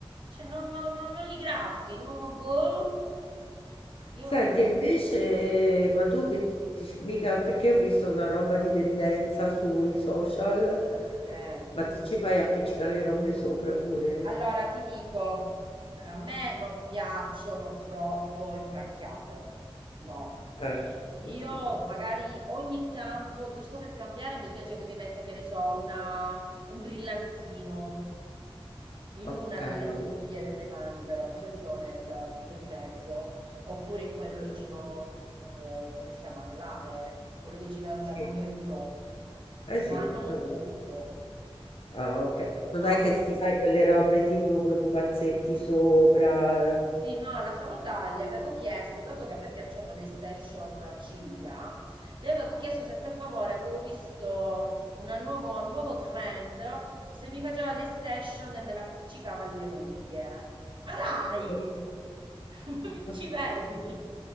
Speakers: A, on the right (about 55°); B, on the left (about 70°).
A: cioè, non, non- non- non li graffi, no? Boh, io...
B: Senti, e invece, ma tu che ti, ti- mica, perché ho visto una roba di tendenza sui social,
A: eh.
B: ma ti ci fai appiccicare le robe sopra pure?
A: Allora, ti dico, a me non piacciono troppo impracchiate, no.
B: Eh,
A: Io
B: okay,
A: magari ogni tanto, giusto per cambiare, mi piace che mi mette, che ne so, una, un brillantino In
B: okay.
A: una delle unghie delle mani, però, di solito nel dito di mezzo, oppure in quello
B: Eh,
A: vicino, mm, eh, come si chiama, anulare, quello vicino al
B: sì,
A: mignolino,
B: eh
A: ma
B: sì,
A: non
B: è una
A: tutto.
B: ah okay.
A: No,
B: Non è
A: perché
B: che s ti
A: tu
B: fai quelle robe tipo coi pupazzetti sopra.
A: Sì, no, l'altra volta le avevo chiesto, dato che a me piacciono le station ciglia, le avevo chiesto se per favore avevo visto una nuovo- un nuovo trend, se mi faceva le station e me l'appiccicava alle unghie. Ma dai!
B: Eh,
A: <laughs> Ma mi
B: ma
A: ci vedi?